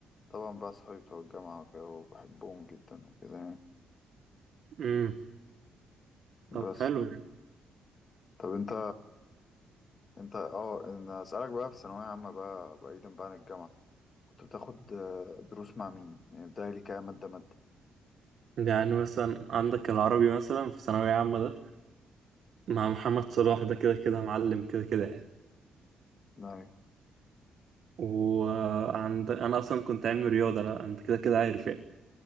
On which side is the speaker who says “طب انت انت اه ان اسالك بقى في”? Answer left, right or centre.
Left